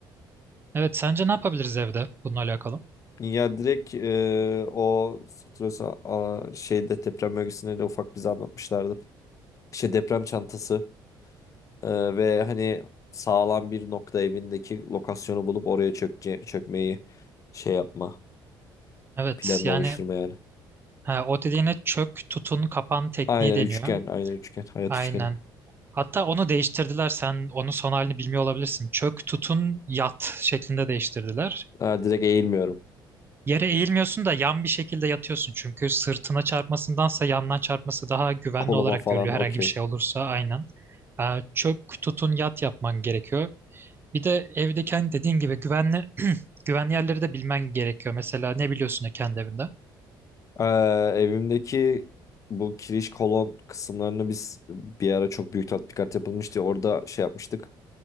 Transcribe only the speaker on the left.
Ya direkt e, o Stresa a- şeyde deprem bölgesinde de ufak bize anlatmışlardı. İşte deprem çantası. Ee, ve hani sağlam bir nokta evindeki lokasyonu bulup oraya çökce, çökmeyi şey yapma.
Planını
oluşturma yani.
Aynen
üçgen. Aynen üçgen. Hayat
üçgeni.
Ha, direkt eğilmiyorum.
Koluma
falan
okey.
Ee, evimdeki bu kiriş kolon kısımlarını biz bir ara çok büyük tatbikat yapılmıştı. Orada şey yapmıştık.